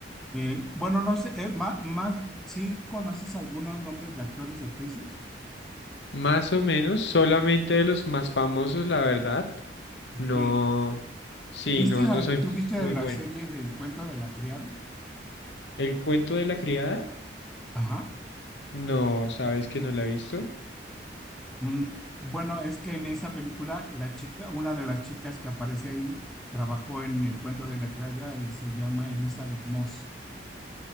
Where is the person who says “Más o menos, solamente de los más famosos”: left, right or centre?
Left